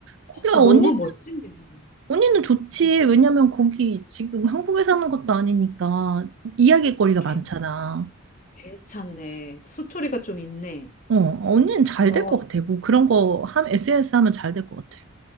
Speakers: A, on the right; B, on the left.
A: 거기가
B: 아, 그 너무
A: 언니,
B: 멋진 얘기다.
A: 언니는 좋지.
B: 어,
A: 왜냐면 거기 지금 한국에 사는 것도 아니니까 이야기거리가
B: 괜-
A: 많잖아.
B: 괜찮네. 스토리가 좀 있네.
A: 어, 언니는 잘
B: 아,
A: 될 것 같아. 뭐 그런 거 함, SNS 하면 잘 될 것 같아.